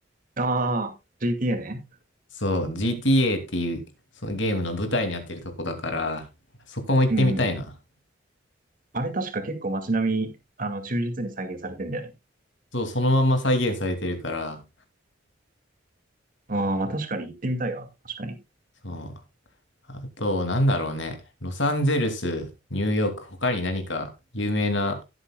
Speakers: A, on the right (about 45°); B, on the left (about 70°).
A: ああ、GTA ね。
B: そう、GTA っていう、そのゲームの舞台になってるとこだから、そこも行ってみたいな。
A: うんうん。あれ確か結構街並み、あの、忠実に再現されてんだよね。
B: そう、そのまんま再現されてるから、
A: ああ、まあ確かに行ってみたいわ。確かに。い
B: そう。あと、なんだろうね。ロサンゼルス、ニューヨーク、他に何か有名な